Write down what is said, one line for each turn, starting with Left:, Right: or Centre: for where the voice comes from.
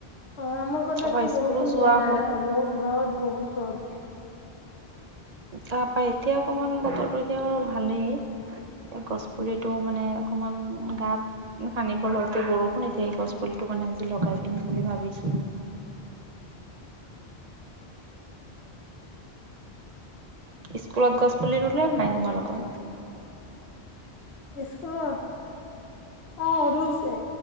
Left: অ আমাৰ ফালে
Right: তাৰপা
Left: একোকে
Right: স্কুলো
Left: বৰষুণ
Right: যোৱা
Left: দিয়া নাই
Right: হ'ল
Left: ৰ'দ ৰ'দ বহুত ৰ'দ
Right: তাৰ পৰা এতিয়া অকমান বতৰটো এতিয়া ভালেই গছ পুলিটো মানে অকমান গাত সানিব লগাওঁতে বৰষুণ এ দিয়ে এই গছ পুলিটো মানে আজি লগাই দিম বুলি ভাবিছো স্কুলত গছপুলি ৰুলে নাই তোমালোকৰ
Left: স্কুলত অ ৰুইছ ছে